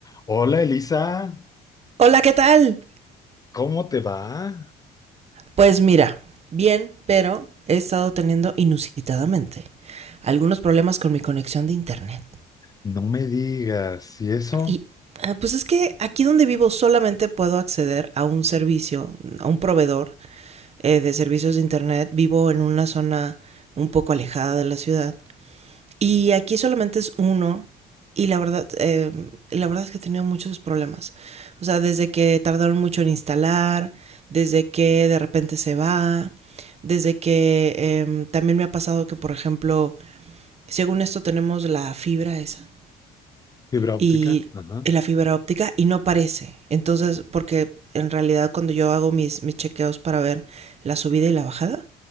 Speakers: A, on the left; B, on the right.
A: Hola Elisa,
B: Hola, ¿qué tal?
A: ¿cómo te va?
B: Pues mira, bien, pero he estado teniendo inusitadamente algunos problemas con mi conexión de internet.
A: No me digas, ¿y eso?
B: Y eh, pues es que aquí donde vivo solamente puedo acceder a un servicio, a un proveedor eh, de servicios de internet. Vivo en una zona un poco alejada de la ciudad Y aquí solamente es uno y la verdad, eh, la verdad es que he tenido muchos problemas. O sea, desde que tardaron mucho en instalar, desde que de repente se va, desde que eh, también me ha pasado que, por ejemplo, según esto tenemos la fibra esa
A: ¿Fibra óptica?
B: y
A: Ajá,
B: la fibra óptica y no aparece. Entonces, porque en realidad cuando yo hago mis, mis chequeos para ver la subida y la bajada,